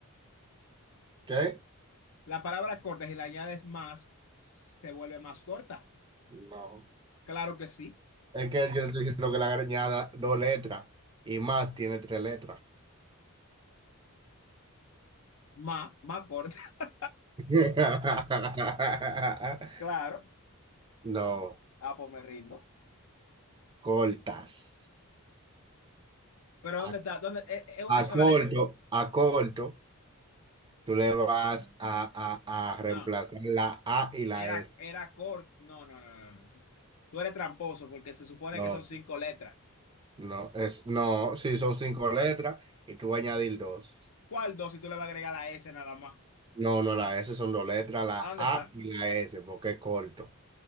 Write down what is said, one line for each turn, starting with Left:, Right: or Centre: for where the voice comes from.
Right: ¿Qué?
Left: La palabra corta, si la añades más, se vuelve más corta.
Right: No.
Left: Claro que sí.
Right: Es que yo estoy diciendo que la grañada dos letras y más tiene tres letras.
Left: Más, más corta. <laughs>
Right: <laughs>
Left: Claro.
Right: No,
Left: Ah, pues me rindo.
Right: cortas.
Left: Pero ¿dónde
Right: A,
Left: está? ¿Dónde? ¿Es, es una
Right: a
Left: sola
Right: corto,
Left: letra?
Right: a corto, tú le vas a, a, a
Left: No,
Right: reemplazar la A y la
Left: era,
Right: S.
Left: era corta. No, no, no, no, no. Tú eres tramposo porque se supone
Right: No,
Left: que son cinco letras.
Right: no, es, no, si son cinco letras y tú vas a añadir dos.
Left: ¿Cuál dos si tú le vas a agregar la S nada más?
Right: No, no, la S son dos letras, la
Left: ¿Dónde
Right: A
Left: está?
Right: y la S, porque es corto.